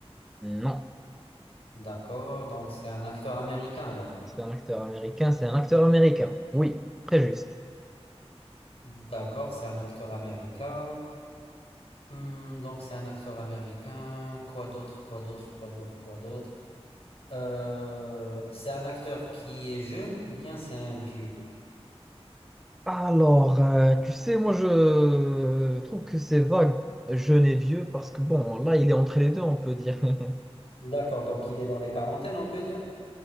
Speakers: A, in the centre; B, on the left (about 65°).
A: Non.
B: D'accord. Donc c'est un acteur américain alors.
A: C'est un acteur américain. C'est un acteur américain. Oui, très juste.
B: D'accord, c'est un acteur américain. Hmm, donc c'est un acteur américain. Quoi d'autre? Quoi d'autre? Quoi d'autre? Quoi d'autre? Euh, c'est un acteur qui est jeune ou bien c'est un vieux?
A: Alors, euh, tu sais, moi je euh, trouve que c'est vague, jeune et vieux, parce que bon, là il est entre les deux, on peut dire. <laughs>
B: D'accord, donc il est dans les quarantaines, on peut dire.